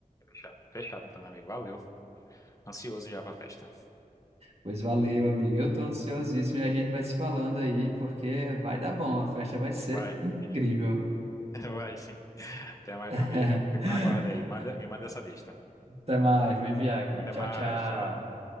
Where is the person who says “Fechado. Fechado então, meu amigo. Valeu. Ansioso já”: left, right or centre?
Left